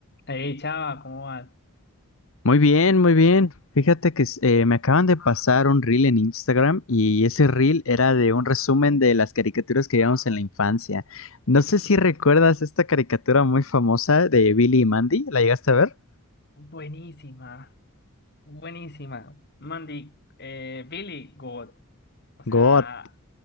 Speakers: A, on the left; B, on the left.
A: Hey, chava, ¿cómo vas?
B: Muy bien, muy bien. Fíjate que eh, me acaban de pasar un reel en Instagram y ese reel era de un resumen de las caricaturas que veíamos en la infancia. No sé si recuerdas esta caricatura muy famosa de Billy y Mandy, ¿la llegaste a ver?
A: Buenísima, buenísima. Mandy, eh, Billy, God. O sea,
B: God,